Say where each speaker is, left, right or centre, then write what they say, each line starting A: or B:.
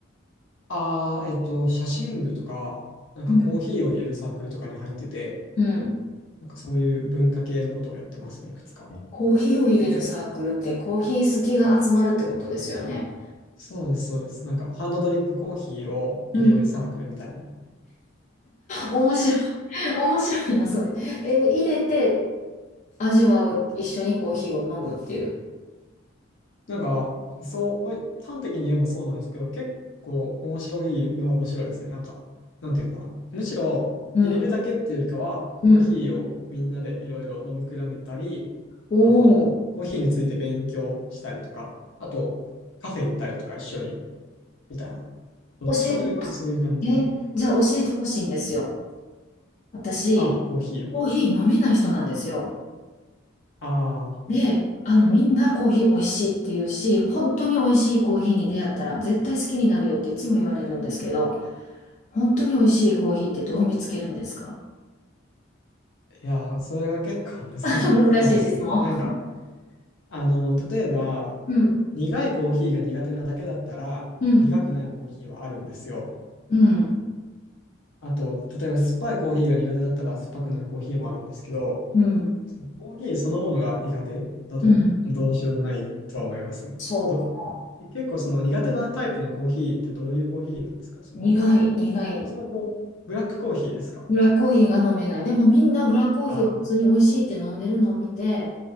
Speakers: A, on the left; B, on the left.
A: ああ、えっと、写真部とか、なんかコーヒーを入れるサークルとかに入ってて、
B: うん。うん。
A: なんかそういう文化系のことをやってますね、いくつか。
B: コーヒーを入れるサークルってコーヒー好きが集まるってことですよね。
A: そうです、そうです。なんか、ハンドドリップコーヒーを入れるサークルみたいな。
B: うん。面白い。<laughs> 面白いな、それ。え、入れて味わう。一緒にコーヒーを飲むっていう。
A: なんか、そう、まあ、端的に言えばそうなんですけど、結構面白いのは面白いですね。なんか、なんていうのかな。むしろ、
B: うん。
A: 入れるだけっていうよりかは、コーヒーをみんなでいろいろ飲み比べたり、
B: うん。おお。
A: あと、コーヒーについて勉強したりとか、あと、カフェ行ったりとか一緒に、みたいな。どっちかというとそういう感じで、
B: 教えてほしい。え、じゃあ教えてほしいんですよ。私、
A: あ、コーヒーを。
B: コーヒー飲めない人なんですよ。
A: あ
B: で、あの、みんなコーヒー美味しいって言うし、本当に美味しいコーヒーに出会ったら絶対好きになるよっていつも言われるんですけど、本当に美味しいコーヒーってどう見つけるんですか
A: あ、いやー、それが結構難しいですよね。
B: <laughs> 難しい質問。
A: なんか、あの、例えば、
B: うん、
A: 苦いコーヒーが苦手なだけだったら、
B: うん、
A: 苦くないコーヒーはあるんですよ。
B: うん、
A: あと、例えば酸っぱいコーヒーが苦手だったら、酸っぱくないコーヒーもあるんですけど、
B: うん、
A: コーヒーそのものが苦手だと、
B: うん。
A: どうしようもないとは思いますね。
B: そうか。
A: ど、結構その苦手なタイプのコーヒーってどういうコーヒーなんですかその、
B: 苦い、苦い。
A: そもそもこう、ブラックコーヒーですか
B: ブラックコーヒーが飲めない。でもみんなブラックコーヒーを普通に美味しいって飲んでるのを見て、
A: ああー